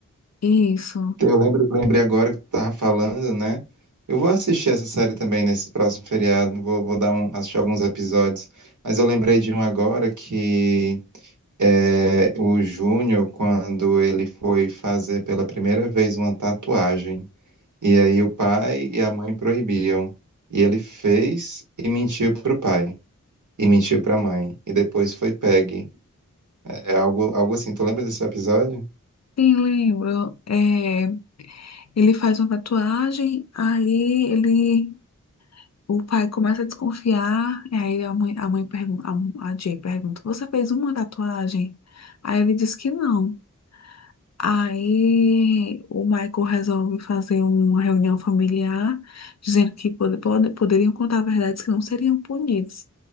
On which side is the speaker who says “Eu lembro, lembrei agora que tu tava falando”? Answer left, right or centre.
Right